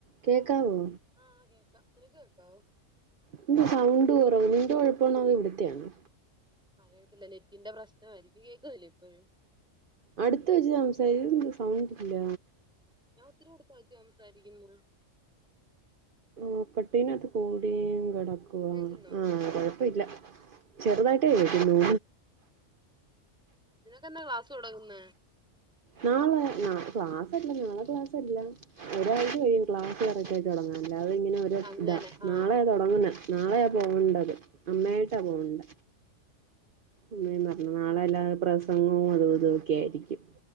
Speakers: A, on the right; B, in the centre.
A: കേക്കാവോ
B: ആഹ് കേൾക്കാം നിനക്ക് കേൾക്കാവോ
A: നിന്റെ സൗണ്ട് കുറവ് നിന്റെ കുഴപ്പാണോ അതൊ ഇവിടുത്തെയാണോ
B: അറിയത്തില്ല നെ റ്റിന്റെ പ്രശ്നമായിരിക്കും കേൾക്കുന്നില്ലേ ഇപ്പോഴും
A: അടുതു വച്ചുസംസാ <inaudible> ഇത് എന്താ സൗണ്ട് ഇല്ല
B: ഞാൻ ഒത്തിരി <unintelligible> സംസാരിക്കുന്നു
A: മക്കട്ടീന അത് കൂടിയും കിടക്കുവ
B: കേക്കുന്നോ
A: ആ കൊഴപ്പീല്ല ചെറുതായിട്ടേ കേക്കുന്നു
B: നിനക്കെന്താ ക്ലാസ് തുടങ്ങുന്നെ
A: നാളെ ക്ലാസ്ല്ല നാളെ ക്ലാസ്ല്ല ഒരാഴ്ച കഴിയും ക്ലാസ്റ തുടങ്ങ അല്ലാതെ ഇങ്ങനെ ഒരു
B: അങ്ങനെ
A: ഇതാ
B: ആഹ്
A: നാളെയാ തുടങ്ങുന്നത് നാളെയാ പോകേണ്ടത് അമ്മായിട്ടാ പോണ്ട അമ്മ പറഞ്ഞ നാളെല്ലാതെ പ്രസംഗവും അതും ഇതുംക്കെ ആയിരിക്കും